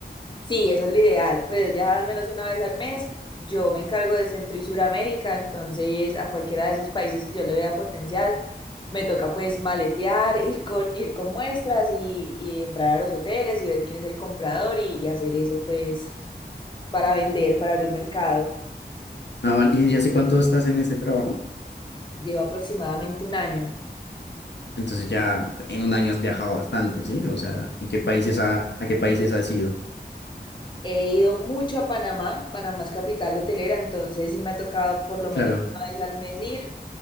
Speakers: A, on the left (about 25°); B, on the left (about 80°).
A: Sí, eso es lo ideal, pues es viajar al menos una vez al mes, yo me encargo de Centro y Suramérica, entonces a cualquiera de esos países que yo le vea potencial, me toca pues maletear, <laughs> ir con, ir con muestras y, y entrar a los hoteles y ver quién es el comprador y, y hacer eso pues para vender, para abrir mercado.
B: Ah, vale. ¿Y ya hace cuánto estás en este trabajo?
A: Llevo aproximadamente un año.
B: Entonces ya en un año has viajado bastante, ¿sí? O sea, ¿en qué países ha- a qué países has ido?
A: He ido mucho a Panamá, Panamá es capital hotelera, entonces sí me ha tocado por lo
B: Claro.
A: menos una vez al mes ir.